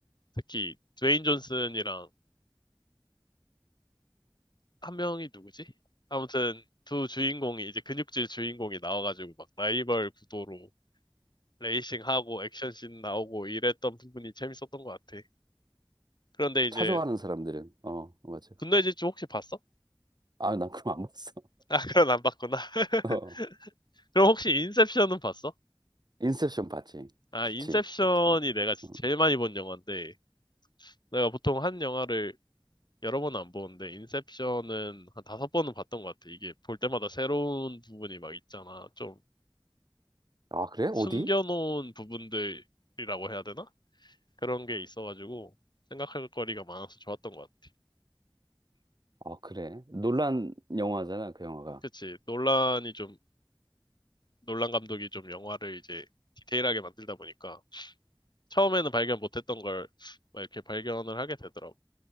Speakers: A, on the left; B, on the right.
A: 특히 드웨인 존슨이랑 한 명이 누구지? 아무튼 두 주인공이 이제 근육질 주인공이 나와가지고 막 라이벌 구도로 레이싱하고 액션씬 나오고 이랬던 부분이 재밌었던 것 같아. 그런데 이제
B: 차 좋아하는 사람들은 어, 맞아.
A: 분노의 질주 혹시 봤어?
B: 아, 난 그럼 안 봤어.
A: 아 <laughs> 그건 안 봤구나. <laughs>
B: <laughs> 어.
A: 그럼 혹시 인셉션은 봤어?
B: 인셉션 봤지?
A: 아
B: 좋지.
A: 인셉션이
B: 그것도.
A: 내가
B: 음.
A: 제일 많이 본 영화인데 내가 보통 한 영화를 여러 번은 안 보는데 인셉션은 한 다섯 번은 봤던 것 같아. 이게 볼 때마다 새로운 부분이 막 있잖아. 좀
B: 아, 그래?
A: 숨겨놓은
B: 어디?
A: 부분들이라고 해야 되나? 그런 게 있어가지고 생각할 거리가 많아서 좋았던 것 같아.
B: 아, 그래. 놀란 영화잖아, 그 영화가.
A: 그치. 논란이 좀, 논란 감독이 좀 영화를 이제 디테일하게 만들다 보니까 처음에는 발견 못했던 걸 막 이렇게 발견을 하게 되더라고.